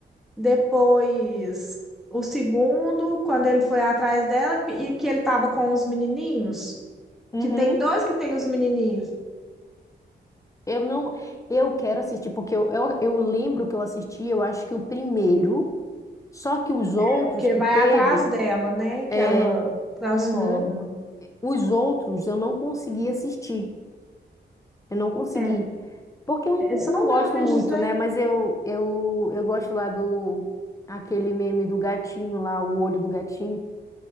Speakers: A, in the centre; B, on the left.
A: depois o segundo, quando ele foi atrás dela, que- e que ele tava com os menininhos,
B: Uhum.
A: que tem dois que tem os menininhos,
B: Eu não. Eu quero assistir, porque eu, eu, eu lembro que eu assisti, eu acho que o primeiro, só que os outros
A: é o que
B: que
A: vai
B: teve.
A: atrás dela, né? Que
B: É.
A: ela transforma.
B: Uhum. Os outros eu não consegui assistir. Eu não consegui.
A: É,
B: Porque eu não,
A: é, são
B: não gosto
A: grandes,
B: muito,
A: né?
B: né? Mas eu, eu, eu gosto lá do... Aquele meme do gatinho lá, o olho do gatinho.